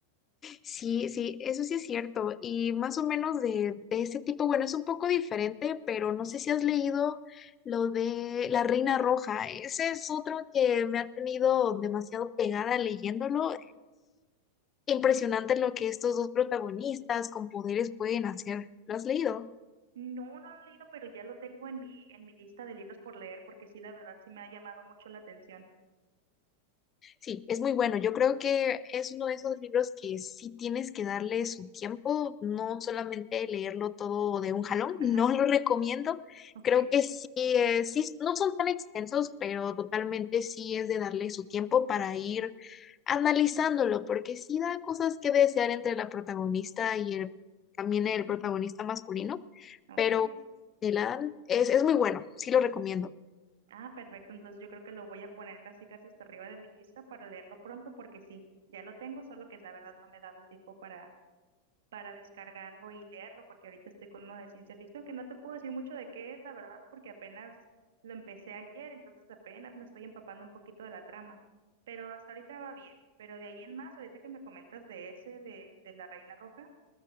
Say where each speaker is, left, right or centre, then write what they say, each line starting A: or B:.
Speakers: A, on the left (about 25°); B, on the right (about 60°).
A: Sí, sí, eso sí es cierto. Y más o menos de, de ese tipo, bueno, es un poco diferente, pero no sé si has leído lo de La Reina Roja. Ese es otro que me ha tenido demasiado pegada leyéndolo. Impresionante lo que estos dos protagonistas con poderes pueden hacer. ¿Lo has leído?
B: No, no lo he leído, pero ya lo tengo en mi, en mi lista de libros por leer, porque sí, la verdad, sí me ha llamado mucho la atención.
A: Sí, es muy bueno. Yo creo que es uno de esos libros que sí tienes que darle su tiempo, no solamente leerlo todo de un jalón, <laughs>
B: Ajá,
A: no lo recomiendo.
B: ok.
A: Creo que sí, eh, sí, no son tan extensos, pero totalmente sí es de darle su tiempo para ir analizándolo, porque sí da cosas que desear entre la protagonista y el, también el protagonista masculino,
B: Ok.
A: pero te la dan- es, es muy bueno, sí lo recomiendo.
B: Ah, perfecto. Entonces yo creo que lo voy a poner casi casi hasta arriba de mi lista para leerlo pronto porque sí, ya lo tengo, solo que la verdad no me he dado el tiempo para para descargarlo y leerlo porque ahorita estoy con uno de ciencia ficción que no te puedo decir mucho de qué es, la verdad, porque apenas lo empecé ayer, entonces apenas me estoy empapando un poquito de la trama. Pero hasta ahorita va bien. Pero de ahí en más, ahorita que me comentas de ese de de la Reina Roja